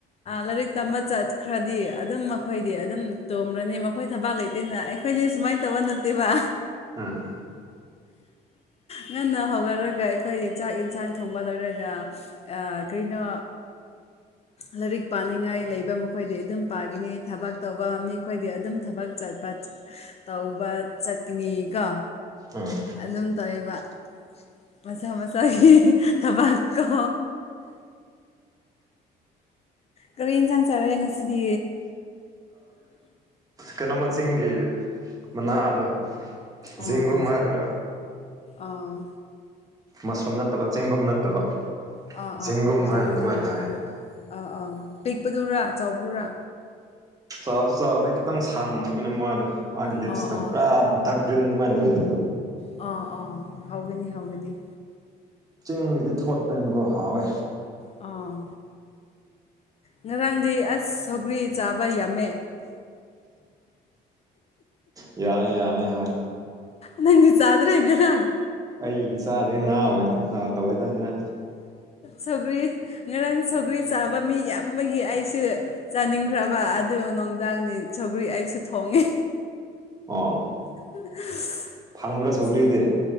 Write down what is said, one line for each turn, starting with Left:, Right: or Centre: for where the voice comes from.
Left: ꯂꯥꯏꯔꯤꯛ ꯇꯝꯕ ꯆꯠꯈ꯭ꯔꯗꯤ ꯑꯗꯨꯝ ꯃꯈꯣꯏꯗꯤ ꯑꯗꯨꯝ ꯇꯣ꯭ꯔꯅꯤ ꯃꯈꯣꯏ ꯊꯕꯥꯛ ꯂꯩꯇꯅ ꯑꯩ ꯑꯩꯈꯣꯏꯗꯤ ꯁꯨꯃꯥꯏꯅ ꯇꯧꯕ ꯅꯠꯇꯦꯕ
Right: ꯎꯝ
Left: ꯉꯟꯅ ꯍꯧꯅꯔꯒ ꯑꯩꯈꯣꯏ ꯆꯥꯛ ꯌꯦꯟꯁꯥꯡ ꯊꯣꯡꯕ ꯂꯣꯏꯔꯒ ꯀꯩꯅꯣ ꯂꯥꯏꯔꯤꯛ ꯄꯥꯅꯤꯡꯉꯥꯏ ꯂꯩꯕ ꯃꯈꯣꯏꯗꯤ ꯑꯗꯨꯝ ꯄꯥꯒꯅꯤ ꯊꯕꯛ ꯇꯧꯕ ꯃꯤꯣꯏꯗꯤ ꯑꯗꯨꯝ ꯊꯕꯛ ꯆꯠ ꯇꯧꯕ ꯆꯠꯅꯤꯒ
Right: ꯎꯝ
Left: ꯑꯗꯨꯝ ꯇꯧꯔꯤꯕ ꯃꯁꯥ ꯃꯁꯥꯒꯤ ꯊꯕꯥꯛꯀꯣ ꯀꯔꯤ ꯌꯦꯟꯁꯥꯡ ꯆꯥꯔꯦ ꯉꯁꯤꯗꯤ
Right: ꯀꯩꯅꯣꯃꯤꯡꯒꯤ ꯃꯅꯥꯗꯣ
Left: ꯑꯥꯡ
Right: ꯖꯤꯡꯒꯨꯝ ꯍꯥꯏꯕ꯭ꯔꯥ
Left: ꯑꯥꯡ
Right: ꯃꯁꯔꯨꯝ ꯅꯠꯇꯕ ꯆꯦꯡꯒꯨꯝ ꯅꯠꯇꯕ
Left: ꯑꯥ
Right: ꯖꯦꯡꯒꯨꯝ
Left: ꯑꯥ ꯍꯥꯎꯒꯅꯤ
Right: ꯍꯥꯏꯅ ꯑꯗꯨꯃꯥꯏꯅ ꯍꯥꯏꯌꯦ
Left: ꯑꯥ ꯑꯥ ꯄꯤꯛꯄꯗꯨꯔꯥ ꯆꯥꯎꯕꯤꯔꯥ
Right: ꯆꯥꯎꯁꯨ ꯆꯥꯎꯕꯗꯩ ꯈꯤꯇꯪ ꯁꯥꯡꯉꯕꯅꯦ ꯃꯥꯗ ꯃꯥꯒꯤ ꯂꯤꯞꯁꯇꯣ
Left: ꯑꯥ ꯑꯥ
Right: ꯄꯨꯔꯥ ꯗꯗꯥꯔꯛ ꯒ꯭ꯔꯤꯟ ꯑꯗꯨꯃꯥꯏꯅ ꯑꯣꯏꯌꯦꯕꯗꯣ
Left: ꯑ ꯑ ꯍꯒꯅꯤ ꯍꯥꯎꯒꯅꯤ
Right: ꯆꯤꯡꯒꯤꯗꯤ ꯊꯣꯠꯄꯅꯤꯅꯀꯣ ꯍꯥꯎꯋꯦ
Left: ꯑꯥ ꯉꯔꯥꯡꯗꯤ ꯑꯁ ꯁꯧꯒ꯭ꯔꯤ ꯆꯥꯕ ꯌꯥꯝꯃꯦ
Right: ꯌꯥꯅꯤ ꯌꯥꯅꯤ ꯍꯣꯏ
Left: ꯅꯪ ꯆꯗ꯭ꯔꯦ ꯍꯒꯅꯪ
Right: ꯑꯩꯗꯤ ꯆꯥꯗꯦ ꯉꯥꯑꯣ ꯅꯪ ꯉꯥ ꯇꯧꯋꯦꯗꯪꯅ
Left: ꯁꯧꯒ꯭ꯔꯤ ꯉꯔꯥꯡ ꯁꯧꯒ꯭ꯔꯤ ꯆꯥꯕ ꯃꯤ ꯌꯥꯝꯕꯒꯤ ꯑꯩꯁꯨ ꯆꯥꯅꯤꯡꯈ꯭ꯔꯕ ꯑꯗꯨ ꯅꯨꯡꯗꯥꯡꯅꯤ ꯁꯧꯒ꯭ꯔꯤ ꯑꯩꯁꯨ ꯊꯣꯡꯉꯦ
Right: ꯑꯣꯥ
Left: <unintelligible>
Right: ꯐꯪꯕ꯭ꯔꯥ
Left: ꯉꯁꯤ
Right: ꯁꯧꯒ꯭ꯔꯤꯗꯤ